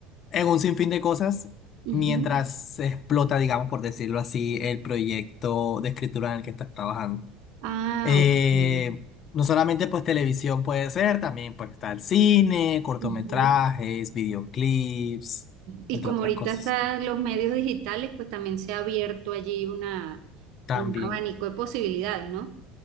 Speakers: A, on the left; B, on the right.
A: en un sinfín de cosas
B: ujú.
A: mientras se explota, digamos, por decirlo así, el proyecto de escritura en el que estás trabajando.
B: Ah,
A: Eh,
B: ok.
A: no solamente pues televisión puede ser, también puede estar cine, cortometrajes,
B: Ujú.
A: videoclips,
B: Y
A: entre
B: como
A: otras
B: ahorita
A: cosas.
B: están los medios digitales, pues también se ha abierto allí una,
A: También,
B: un abanico de posibilidades, ¿no?